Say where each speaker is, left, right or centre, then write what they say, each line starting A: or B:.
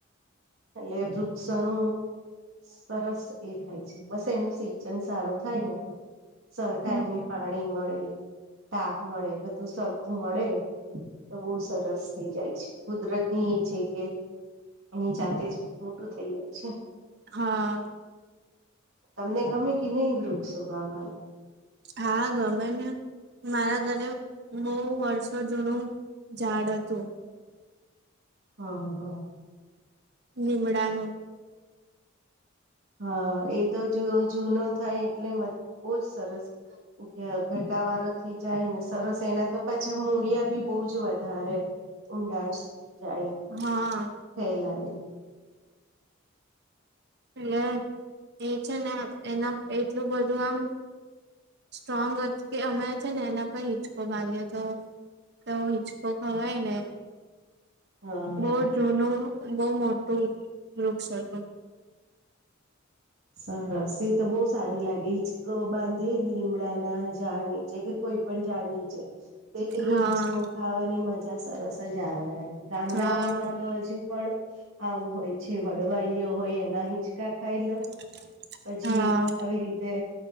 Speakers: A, on the right; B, on the right.
A: એટલે વૃ સનું સરસ એ થાય છે, બસ એનું સિંચન સારું થાય ને. સ ટાઈમે
B: હમ
A: પાણી મળે, તાપ મળે, બધું સરખું મળે. તો બહુ સરસ થઈ જાય છે, કુદરતની છે કે એની જાતેજ મોટું થઇ જાય છે.
B: હા.
A: તમને ગમે કે નહી વૃક્ષો વાવા?
B: હા, ગમેને. મારા ઘરે બહુ વર્ષો જૂનું ઝાડ હતું.
A: હા હા
B: લીમડાનું.
A: હા, એ તો જેવો જૂનો થાય, એટલે મજ બહુ જ સરસ. અ ઘટાવારો થઈ જાયને, સરસ એના તો પાછા મૂળિયા બી બહુંજ વધારે ઊંડાણ સુ જાય.
B: હા.
A: ફેલાય
B: ટલે એ છે ને એના એટલું બધું આમ સ્ટ્રોંગ હતુ, કે અમે છેને એના પર હિંચકો બાંધ્યો તો. તો હિચકો ખવાય ને.
A: હા
B: બહુ જૂનું, બહુ મોટું વૃક્ષ હતુ.
A: સરસ એ તો બહુ સારું લાગે, હિંચકો બાંધીએ લીમડા ના ઝાડ નીચે, કે કોઈ પણ ઝાડ નીચે. એ એ
B: હા
A: હિજકો ખાવાની મજા સરસ જ આવે. ગામડાઓમાં
B: હા
A: તો હજુ પણ આવું હોય છે, વડવાઈઓ હોય એના હિંચકા ખાઈલો.
B: <inaudible>
A: પછી,
B: હા.
A: આવી રીતે,